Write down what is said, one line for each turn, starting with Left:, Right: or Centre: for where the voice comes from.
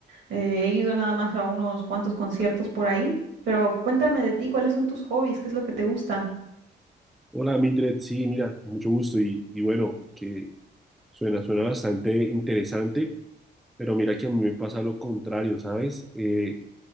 Right: Eh, he ido nada más a unos cuantos conciertos por ahí, pero cuéntame de ti, ¿cuáles son tus hobbies? ¿Qué es lo que te gusta?
Centre: Hola, Mildred. Sí, mira, mucho gusto. Y, y bueno, que suena, suena bastante interesante, pero mira que a mí me pasa lo contrario, ¿sabes? Eh,